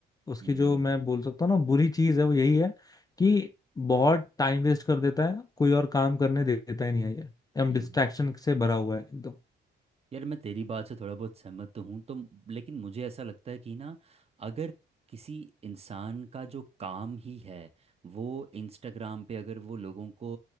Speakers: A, on the left; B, on the right.
A: उसकी
B: हम्म
A: जो मैं बोल सकता हूँ ना बुरी चीज है वो यही है कि बहुत टाइम वेस्ट कर देता है कोई और काम करने देता ही नहीं है ये हम
B: हम्म।
A: डिस्ट्रैक्शन से भरा हुआ है एकदम
B: यार मैं तेरी बात से थोड़ा बहुत सहमत तो हूँ तो लेकिन मुझे ऐसा लगता है कि ना अगर किसी इंसान का जो काम ही है वो इंस्टाग्राम पे अगर वो लोगों को